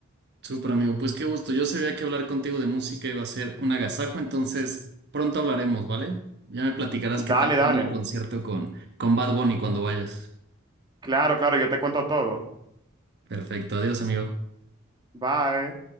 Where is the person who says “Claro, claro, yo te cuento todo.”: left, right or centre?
Right